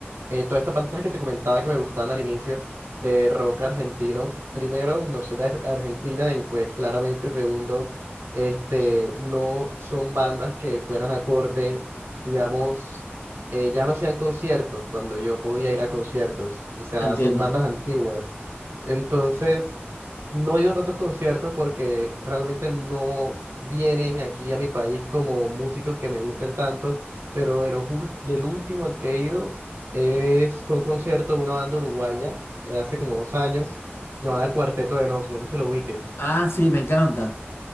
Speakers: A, on the right; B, on the left.
A: eh, todas estas bandas que te comentaba que me gustaban al inicio, de rock argentino, primero, no soy de Ar- Argentina y pues claramente segundo, este, no son bandas que fueran acorde, digamos, eh, ya no hacían conciertos cuando yo podía ir a conciertos, o sea,
B: Entiendo.
A: son bandas antiguas. Entonces, no he ido a tantos conciertos porque realmente no vienen aquí a mi país como músicos que me gusten tanto pero de los ul- del último al que he ido es, fue un concierto de una banda uruguaya eh, hace como dos años, llamada El Cuarteto de Nos, no sé si lo ubiques.
B: Ah, sí, me encanta.